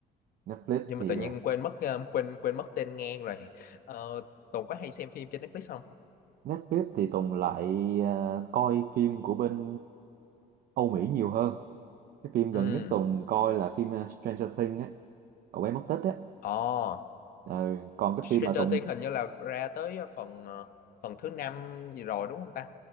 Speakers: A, on the right; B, on the left.
A: Netflix
B: nhưng mà
A: thì
B: tự nhiên
A: ờ,
B: quên mất ờ, quên quên mất tên ngang rồi Ờ, Tùng có hay xem phim trên Netflix không?
A: Netflix thì Tùng lại ờ, coi phim của bên Âu Mỹ nhiều hơn. Cái phim
B: Ừ.
A: gần nhất Tùng coi là phim ờ, Stranger Things á, cậu bé mất tích á.
B: Ồ
A: Ờ, còn cái
B: Stranger
A: phim mà Tùng
B: Things hình như là ra tới ờ, phần ờ, phần thứ năm gì rồi đúng không ta?